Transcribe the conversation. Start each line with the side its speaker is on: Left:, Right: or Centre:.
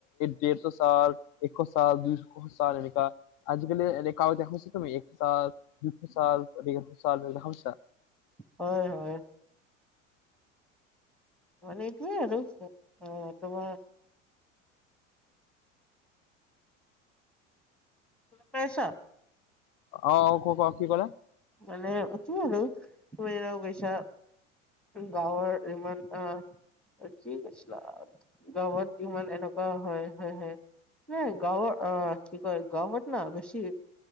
Left: ডেৰশ চাল, এক চাল দুইশ চাল এনেকা। আজিকালি এনেকাও দেখোঁ, তুমি এক চাল, দুইশ চাল দেখা পাইছা।
Centre: হয়, হয়। মানে এইটোয়ে আৰু, অ তোমাৰ। পাইছ।
Left: অ' অ' কপা কি কলা?
Centre: মানে কি আৰু তুমি ও গইছা। গাঁৱৰ ইমান আ। ঠিক আছিলা, গাঁৱত ইমান এনেকুৱা হয়। হয়' হয়'। নাই গাঁৱৰ আ কি কয়, গাৱঁত না বেছি।